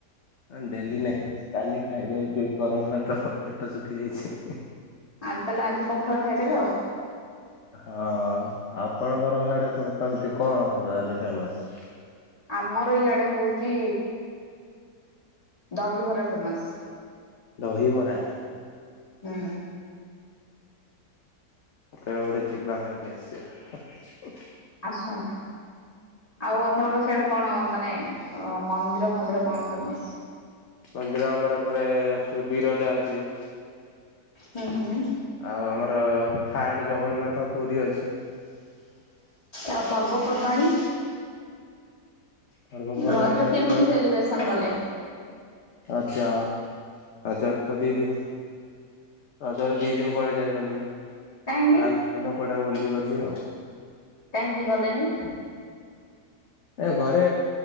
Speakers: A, on the left (about 50°); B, on the left (about 20°).
A: ହଁ ଡେଲି ନାଇଁ କାଲି ଖାଇଦେଇଥିଲି ଗରମ ଭାତ ପେଟ ଶୁଖି ଯାଇଛି।
B: ଆଜି ତାହେଲେ ଆଜି ପଖାଳ ଖାଇଦେବେ। ଆଉ।
A: ହଁ ଆପଣଙ୍କର ସେଆଡେ। କମତି କଣ ତାଲେ ଫେମସ।
B: ଆମର ଇଆଡେ ହଉଛି। ଦହିବରା ଫେମସ।
A: ଦହିବରା।
B: ହୁଁ।
A: କେବେ ଗୋଟେ ଯିବା ଖାଇକି ଆସିବା।
B: ଆସନ୍ତୁ। ଆଉ ଆପଣଙ୍କ ସିଆଡେ କଣ ମାନେ ମନ୍ଦିର ଫନ୍ଦିର କଣ ଫେମସ।
A: ମନ୍ଦିର ଆମର ଏପଟେ ଯାଜପୁର ବିରଜା ଅଛି।
B: ହୁଁ ହୁଁ।
A: ଆଉ ଆମର ଥାର୍ଡ ଜଗନ୍ନାଥ ପୁରୀ ଅଛି।
B: ଆଉ ପର୍ବପର୍ବାଣୀ।
A: ପର୍ବପର୍ବାଣୀ
B: ରଜ
A: କହିଲେ
B: କେମିତି ସେଲିବ୍ରେସନ କଲେ।
A: ରଜ ରଜରେ ତ ଦି ଦିନ ରଜରେ ଦି ଦିନ କୁଆଡେ ଯାଇ ପାରିଲୁନି।
B: କାହିଁକି
A: ଲାଷ୍ଟ ଦିନ କୁଆଡେ ବୁଲିଗଲି ଆଉ।
B: କାହିଁକି ଗଲେନି।
A: ଏ ଘରେ